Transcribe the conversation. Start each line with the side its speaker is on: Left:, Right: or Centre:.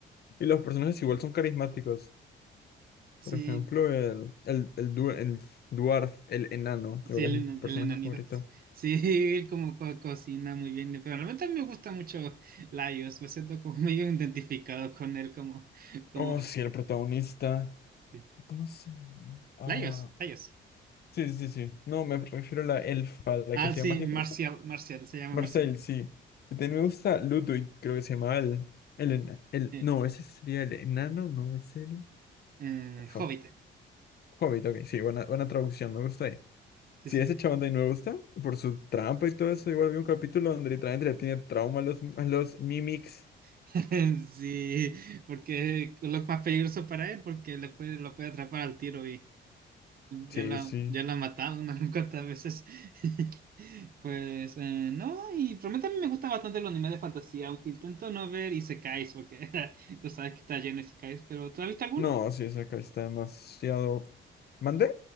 Left: Y los personajes igual son carismáticos.
Right: Sí,
Left: Por ejemplo, el, el, el, du- el dwarf, el enano, de
Right: sí,
Left: verdad
Right: el, ena-
Left: es mi personaje
Right: el enanito.
Left: favorito.
Right: <laughs> Sí, él como co- cocina muy bien, pero realmente a mí me gusta mucho Laios, me siento como medio identificado con él, como, como,
Left: Oh, sí, el protagonista.
Right: sí.
Left: ¿Cómo se llama? Ah,
Right: Laios, Laios.
Left: sí, sí, sí. No, me refiero a la elfa, la
Right: Ah,
Left: que hacía
Right: sí,
Left: mágica.
Right: Marcial, Marcial, se llama
Left: Marcel,
Right: Marcial.
Left: sí. También me gusta Ludwig, creo que se llama el, el, ena- el-
Right: Eh,
Left: No, ese sería el enano, no es el...
Right: eh,
Left: Fuck.
Right: Hobbit,
Left: Hobbit, ok, sí, buena, buena traducción, me gusta ahí.
Right: sí,
Left: Sí,
Right: sí.
Left: ese chabón también me gusta, por su trampa y todo eso. Igual vi un capítulo donde literalmente le tiene trauma a los, a los Mimics.
Right: <laughs> Sí, porque es lo más peligroso para él, porque le puede, lo puede atrapar al tiro
Left: Sí,
Right: Ya la,
Left: sí.
Right: ya la he matado unas <laughs> cuantas veces. <laughs> Pues eh, no, y realmente a mí me gusta bastante los animes de fantasía, aunque intento no ver isekais, porque <laughs> tú sabes que está lleno de isekais, pero ¿tú has visto alguno?
Left: No, sí, esa acá está demasiado... ¿Mande?